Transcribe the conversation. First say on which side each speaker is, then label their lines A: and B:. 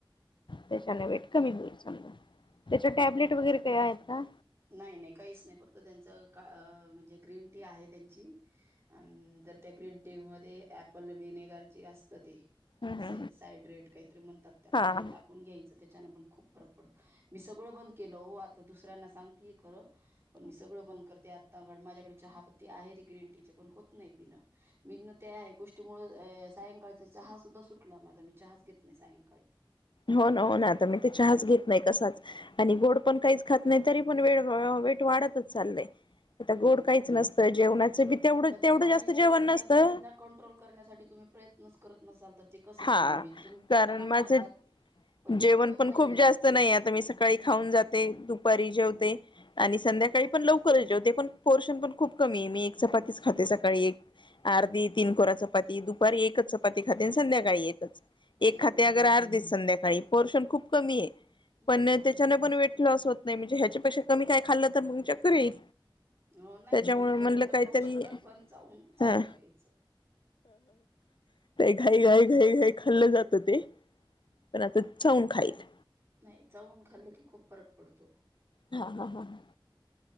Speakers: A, on the left; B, on the right.
A: त्याच्याने वेट कमी होईल समजा त्याच्या टॅब्लेट वगैरे काय आहेत का?
B: नाही नाही काहीच नाही फक्त त्यांच काण जे ग्रीन टी आहे त्यांची अंतर त्या ग्रीन टी मध्ये एप्पल विनेगरची असत ती
A: हा
B: साईड रेट काहीतरी म्हणतात त्याला
A: हा
B: ते टाकून घ्यायचं त्याच्यान पण खूप फरक पडतो. मी सगळं बंद केलं हो. आता दुसऱ्यांना सांग- तीय खरं- पण मी सगळं बंद करते. आता माझ्याकडे चहा प- ते आहे ते ग्रीन टीचे, पण होत नाही पिणं. मी त्या गोष्टी मुळे सायंकाळचा चहा सुद्धा सुटला माझा. मी चहाच घेत नाही सायंकाळी.
A: हो ना, हो ना आता मी तर चहाच घेत नाही कसाच आणि गोड पण काहीच खात नाही. तरी पण वेळ वेट वाढतच चाललंय- आता
B: ह.
A: गोड
B: हं
A: काहीच नसतं जेवणाचं बी तेवढं
B: पण त्या
A: तेवढं
B: बॉडी-
A: जास्त जेवण नसतं
B: त्या बॉडीला कंट्रोल करण्यासाठी तुम्ही प्रयत्नच करत नसाल तर? ते कसं
A: हा
B: कमी होईल तुम्ही पोटाला
A: कारण माझं
B: मारतात पण ते
A: जेवण
B: उपयोग
A: पण
B: नाहीये
A: खूप जास्त नाही आता मी सकाळी खाऊन जाते दुपारी जेव- आणि संध्याकाळी पण लवकरच जेवते. पण पोर्शन पण खूप कमी आहे मी एक चपातीच खाते सकाळी एक अर्धी तीन कोरा चपाती दुपारी एकच चपाती खाते- संध्याकाळी एकच. एक
B: हम्म
A: खाते
B: हम्म
A: अगर आर्धीच सं - बाई पोर्शन खूप कमी आहे.
B: हम्म
A: पण नाही
B: हम्म
A: त्याच्याने पण वेट- लॉस होत नाही म्हणजे ह्याच्यापेक्षा कमी काय खाल्लं तर मग चक्कर येईल.
B: हो नाही
A: त्याच्यामुळ
B: तेवढं
A: म्हणलं
B: तर
A: काहीतरी
B: खाऊ शकतात पण चावून चावून
A: हा.
B: खायचं
A: घाई घाई घाई घाई. खाल्लं जातं ते. पण आता चाऊन खाईल.
B: नाही चावून खाल्लं की खूप फरक पडतो.
A: हा हा हा हा.